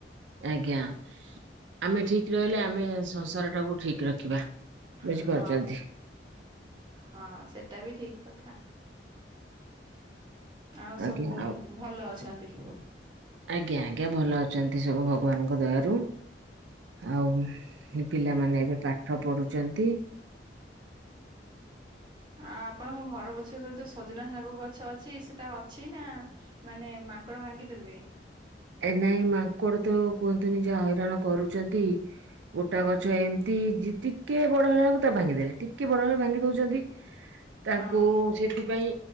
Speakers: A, on the right; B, on the right.
A: ଆଜ୍ଞା ଆମେ ଠିକ ରହିଲେ ଆମେ ସଂସାର ଟାକୁ ଠିକ ରଖିବା। ବୁଝିପାରୁଛନ୍ତି
B: ହଁ। ହଁ ସେଟା ବି ଠିକ କଥା, ଆଉ
A: ଆଜ୍ଞା
B: ସବୁ
A: ଆଉ
B: ଭଲ ଅଛନ୍ତି।
A: ଆଜ୍ଞା, ଆଜ୍ଞା ଭଲ ଅଛନ୍ତି ସବୁ ଭଗବାନଙ୍କ ଦୟାରୁ। ଆଉ ସେ ପିଲାମାନେ ଏବେ ପାଠ ପଢୁଚନ୍ତି।
B: ଆ, ଆପଣଙ୍କ ଘର ପଛକରେ ଯୋଉ ସଜନା ଶାଗ ଗଛ ଅଛି ସେଟା ଅଛି ନା ମାନେ ମାଙ୍କଡ଼ ଭାଙ୍ଗି ଦେଲେଣି?
A: ଏ ନାଇଁ ମାଙ୍କଡ ତ କୁହନ୍ତୁନି ଯାହା ହଇରାଣ କରୁଚନ୍ତି। ଗୋଟେ ଗଛ ଏମତି ଜିତି କେ ବଡ଼ ହେଲା ବେଳକୁ ତାକୁ ଭାଙ୍ଗିଦେଲେ। ଟିକେ ବଡ଼ ହେଲା ବେଳ ଭାଙ୍ଗି ଦଉଚନ୍ତି। ତାଙ୍କୁ
B: ହଁ
A: ସେଥିପାଇଁ